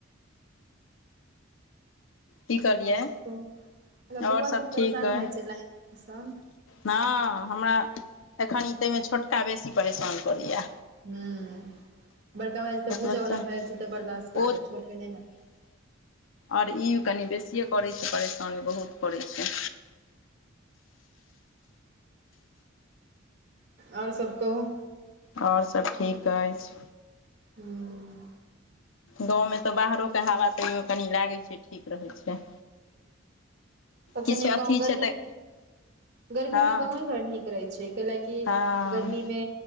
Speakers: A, on the left; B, on the right.
A: की कहलियै
B: ओर सब कहु मतलब
A: आओर
B: बौआ सब
A: ठीक
B: परेशान
A: अइ
B: रहै छै, लाइनसँ।
A: हँ हमरा एखन ई ताहिमे छोटका बेसी परेशान करैए।
B: हम्म बड़का वाला त बूजय
A: बच्चा
B: बला भए जाइ छै, त बर्दाश्त कर
A: ओ
B: छोटके नइ न।
A: ओर ई कनि बेसिए करै छै, परेशानी बहुत करै छै।
B: ओर सब कहु
A: ओर सब ठीक अइछ।
B: हम्म
A: गाँवमे त बाहरोके हवा तयो कनि लागै छै, ठीक रहै छै।
B: तबसँ
A: किछु
B: निक
A: अथी
B: गांव गर्मी
A: छै तऽ
B: गर्मी
A: हँ
B: मे गाँव घर नीक रहै छै, कैलेकि
A: हँ
B: गर्मीमे